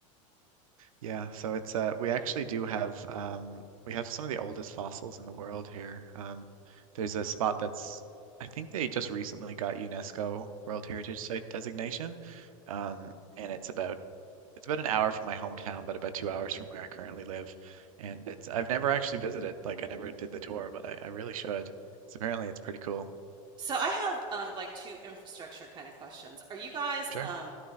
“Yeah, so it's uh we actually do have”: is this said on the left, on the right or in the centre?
Right